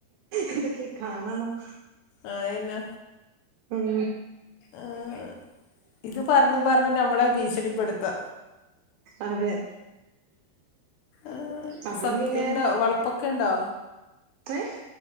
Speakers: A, on the right (about 80°); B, on the left (about 80°).
A: എന്തക്കെ കാണണം.
B: ആഹ് യന്നെ.
A: ഉം.
B: ആഹ് ഇത് പറഞ്ഞു പറഞ്ഞു നമ്മളെ ഭീഷണിപ്പെടുത്താ
A: അതെ
B: ആഹ്
A: അപ്പം
B: സത്
A: പിന്നെ
B: ഇണ്ടോ വളപ്പൊക്കെ ഉണ്ടോ
A: ഏഹ്